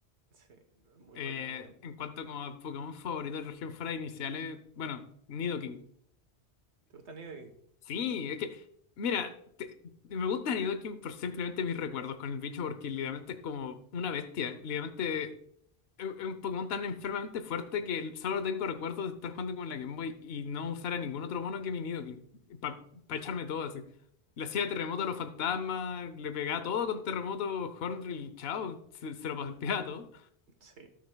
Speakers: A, on the right; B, on the left.
A: Sí, no, es muy
B: Eh,
A: bacán, weón.
B: en cuanto como a Pokémon favorito de región fuera de iniciales, bueno, Nidoking.
A: ¿Te gusta Nidoking?
B: Sí, es que, mira, te- me gusta Nidoking por simplemente mis recuerdos con el bicho, porque literalmente es como una bestia. Literalmente es es un Pokémon tan enfermamente fuerte que solo tengo recuerdos de estar jugando con la Game Boy y no usar a ningún otro mono que mi Nidoking, para echarme
A: <laughs>
B: todo así. Le hacía terremoto a los fantasmas, le pegaba todo con terremoto, Hornrill, chao, se, se lo paseaba todo.
A: Sí.